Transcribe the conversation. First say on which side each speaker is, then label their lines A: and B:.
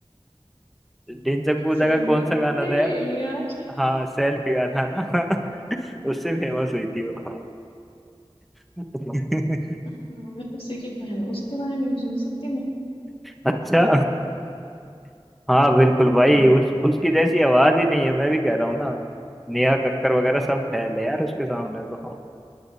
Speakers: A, in the centre; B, on the left.
A: ढिंचक पूजा
B: सेल्फी
A: का कौन सा
B: मैंने
A: गाना था
B: ले
A: यार
B: लिया आज
A: हाँ सेल्फी गाना ना <laughs> उससे फेमस हुई थी वो <laughs>
B: हाँ, मैं उसी की फैन हूँ उसके बारे में नहीं सुन सकती मैं
A: अच्छा हाँ बिल्कुल भाई
B: हाँ
A: उस उसकी जैसी आवाज ही नहीं है मैं भी कह रहा हूँ ना नेहा कक्कर वगैरह सब फैल है यार उसके सामने तो